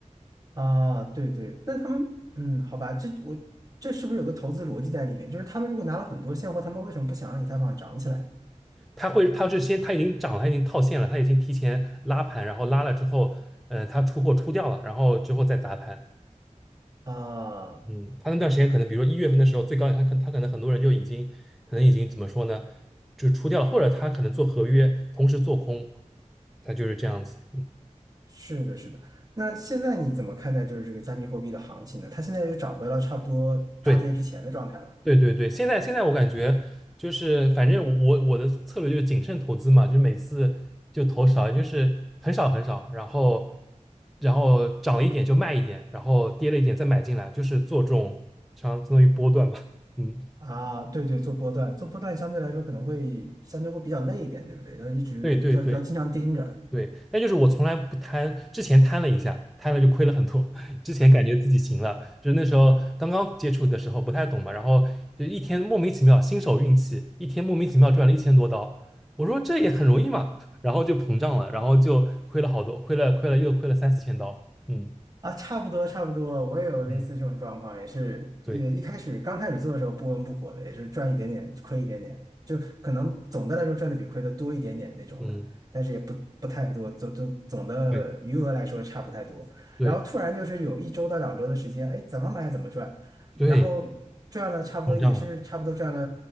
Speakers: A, on the right; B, in the centre.
A: 啊，对对，那他们嗯，好吧，这我这是不是有个投资逻辑在里面？就是他们如果拿了很多现货，他们为什么不想让以太坊涨起来呢？
B: 他会他是先他已经涨了，他已经套现了，他已经提前拉盘，然后拉了之后，嗯、他出货出掉了，然后之后再砸盘。
A: 啊，
B: 嗯，他那段时间可能，比如说一月份的时候，最高点，他可他可能很多人就已经，可能已经怎么说呢，就出掉了，或者他可能做合约，同时做空，他就是这样子。嗯，
A: 是的，是的。那现在你怎么看待就是这个加密货币的行情呢？它现在又涨回了差不多大跌之前的状态了。
B: 对对对对，现在现在我感觉就是，反正我我我的策略就是谨慎投资嘛，就是每次就投少，就是很少很少，然后然后涨了一点就卖一点，然后跌了一点再买进来，就是做这种相相当于波段吧。嗯，
A: 啊，对对，做波段，做波段相对来说可能会相对会比较累一点，对不对？要一直要要经常盯着。
B: 对对对。对，但就是我从来不贪，之前贪了一下，贪了就亏了很多。<laughs> 之前感觉自己行了，就是那时候刚刚接触的时候不太懂嘛，然后就一天莫名其妙新手运气，一天莫名其妙赚了一千多刀，我说这也很容易嘛，<laughs> 然后就膨胀了，然后就亏了好多，亏了亏了又亏了三四千刀。嗯
A: 啊，差不多差不多，我也有类似这种状况，
B: 嗯，
A: 也是，
B: 对，
A: 呃，一开始刚开始做的时候不温不火的，也是赚一点点，亏一点点，就可能总的来说赚的比亏的多一点点那种的，
B: 嗯
A: 但是也不不太多，总就总的余额来说差不太多。
B: 对对
A: 然后突然就是有一周到两周的时间，哎，怎么买怎么赚，
B: 对，
A: 然后赚了差不多也是差不多赚了，
B: 膨胀了。